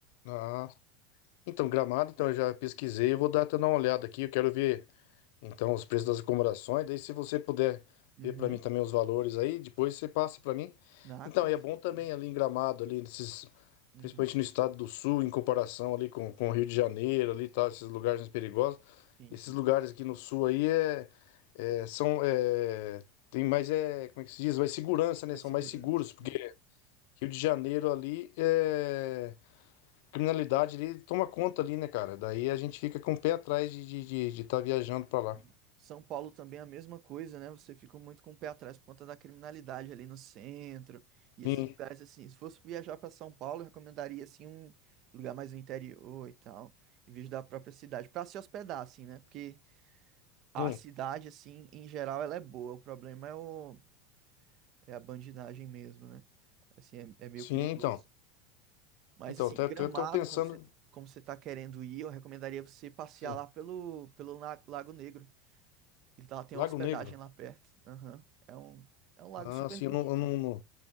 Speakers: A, on the left (about 65°); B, on the right (about 50°).
A: Ah. Então, Gramado, então eu já pesquisei, eu vou dar até dar uma olhada aqui, eu quero ver. Então, os preços das acomodações, daí se você puder
B: Uhum.
A: ver para mim também os valores aí, depois você passa para mim.
B: Na
A: Então,
B: consigo.
A: é bom também ali em Gramado, ali nesses,
B: Uhum.
A: principalmente no estado do Sul, em comparação ali com, com o Rio de Janeiro, ali e tal, esses lugares mais perigosos.
B: Sim,
A: Esses
B: sim.
A: lugares aqui no Sul aí é, é, são é, tem mais é, como é que se diz? Mais segurança, né?
B: mais
A: São
B: segurança,
A: mais seguros,
B: assim.
A: porque Rio de Janeiro ali é criminalidade ali toma conta ali, né, cara? Daí a gente fica com o pé atrás de estar de, de, de tá viajando para lá.
B: E São Paulo também é a mesma coisa, né? Você fica muito com o pé atrás por conta da criminalidade ali no centro e esses
A: Sim.
B: lugares assim. Se fosse viajar para São Paulo, eu recomendaria assim um lugar mais no interior e tal, em vez da própria cidade, para se hospedar assim, né? Porque a
A: Sim,
B: cidade assim, em geral, ela é boa. O problema é o é a bandidagem mesmo, né? Assim, é, é meio
A: sim,
B: perigoso.
A: então.
B: Mas
A: Então,
B: assim,
A: até,
B: Gramado,
A: até tô pensando.
B: como você como você tá querendo ir, eu recomendaria você passear
A: Sim,
B: lá pelo pelo La- Lago Negro. E lá tem
A: Lago
B: uma hospedagem
A: Negro.
B: lá perto. Aham. É um, é um lago
A: Ah,
B: super
A: sim,
B: bonito,
A: eu não, eu não,
B: né?
A: não,